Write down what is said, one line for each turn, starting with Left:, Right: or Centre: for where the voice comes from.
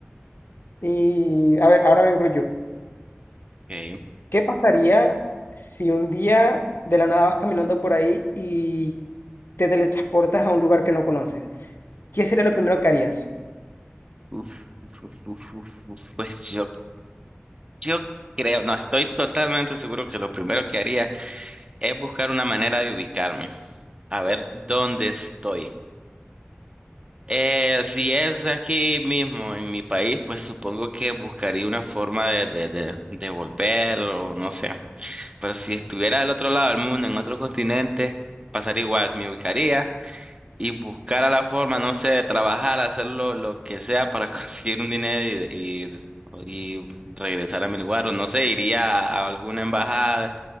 Left: Y a ver, ahora vengo yo.
Right: Okay.
Left: ¿Qué pasaría si un día de la nada vas caminando por ahí y te teletransportas a un lugar que no conoces? ¿Qué sería lo primero que harías?
Right: Uf, uf, uf, uf, uf, uf. Pues yo, yo creo, no, estoy totalmente seguro que lo primero que haría es buscar una manera de ubicarme, a ver dónde estoy. Eh, si es aquí mismo en mi país, pues supongo que buscaría una forma de, de, de, de volver o no sé. Pero si estuviera del otro lado del mundo, en otro continente, pasaría igual, me ubicaría y buscara la forma, no sé, de trabajar, hacer lo, lo que sea para <laughs> conseguir un dinero y, y, y regresar a mi lugar o no sé, iría a alguna embajada